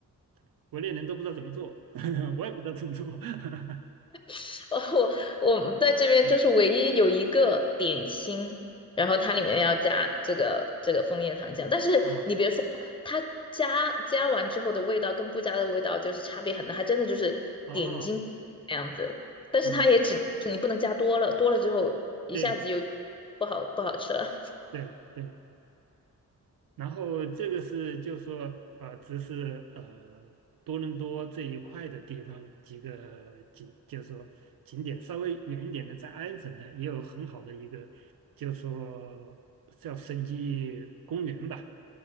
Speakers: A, on the right (about 80°); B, on the left (about 15°).
A: <laughs> 国内人都不知道怎么做，<laughs> 我也不知道怎么做。<laughs>
B: <laughs> 哦，我我在这边就是唯一有一个点心，
A: 嗯
B: 然后它里面要加这个这个枫叶糖浆，但是你别说，
A: 啊
B: 它加加完之后的味道跟不加的味道就是差别很大，它真的就是点睛那样子。
A: 啊
B: 但是它也只能是你不能加多了，
A: 啊啊！
B: 多了之后一下子又
A: 对
B: 不好不好吃了。
A: 对对。然后这个是就说呃，只是呃多伦多这一块的地方几个景，就说景点稍微远一点的，在安省的也有很好的一个，就说叫省基公园吧，